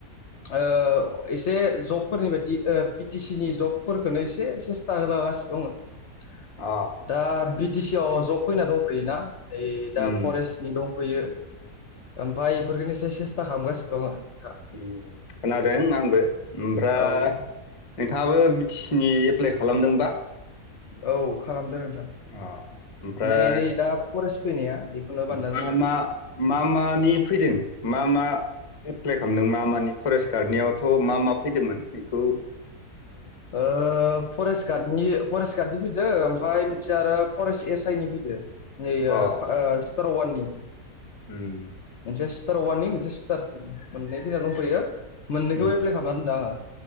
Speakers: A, on the left; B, on the left.
A: ओ एसे जबफोरनि बायदि बि टि सि नि जबफोरखौनो एसे सेस्था होलागासिनो दङो ।
B: अ
A: दा बि टि सि आव जब फैना दंफैयोना ओय दा
B: उम
A: फरेस्टनि दं फैयो ओमफ्राय एफोरखनो एसे सेस्था खालामगासिनो दं नोंथां
B: उम खोनादों आंबो ओमफ्राय
A: औ
B: नोंथाङाबो बि टि सि नि प्लाइ खालामदोंबा?
A: औ खालामदों ।
B: अ ओमफ्राय
A: नै नै दा फरेस्ट फैनाया बेखौनो बानना
B: मा
A: दोनदो
B: मा मा मा नि फैदों मा मा एप्लाइ खालामदों मा मानि फरेस्ट गार्डनियाव थ' मा मा फैदोंमोन एखौ
A: ओ फरेस्ट गार्डनि फरेस्ट गार्डनि फैदो ओमफ्राय मोन से आरो फरेस्ट एस आइ नि फैदों <unintelligible>
B: अ
A: तारवाननि
B: उम
A: मोनसे <unintelligible> <unintelligible> <unintelligible> मोनै फैना दंफैयो मोननैखोबो
B: उम
A: एप्लाइ खामना दोनदो आङो